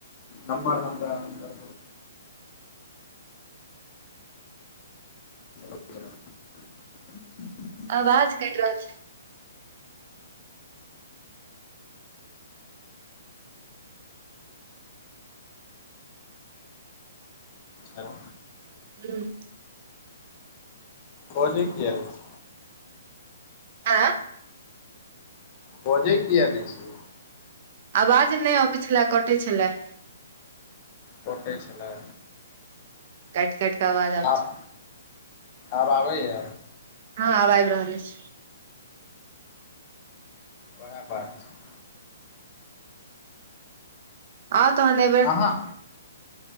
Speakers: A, on the left (about 30°); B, on the right (about 45°).
A: नम्बर हमरा ह <inaudible>
B: आवाज कइट रहल छै।
A: हेलो।
B: हम्म
A: बजे किया नयि छि।
B: आ
A: बजे किया नयि छि।
B: आवाज नयि अबै छलए कटैत छलए।
A: कटै छलै।
B: कटि कटि क्के आवाज आबे
A: आब
B: छलै।
A: आब आबैए।
B: हँ आब आइब रहल अइछ।
A: वेहै बात छै।
B: आउ तहन एबैर।
A: अहाँ